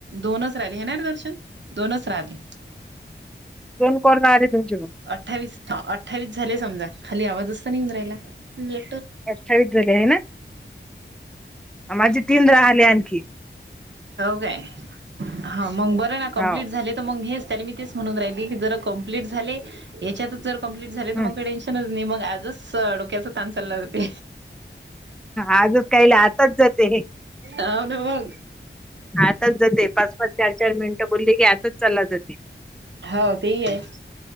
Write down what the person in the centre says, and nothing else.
दोन कोरोना आली तुमची मग
अठ्ठावीस झाले आहे ना माझे तीन राहिले आणखी
हो
हम्म
आजच काय ला तच जाते
हा आताच जाते पाच पाच चार चार मिनिट बोलली की आतच चालला जाते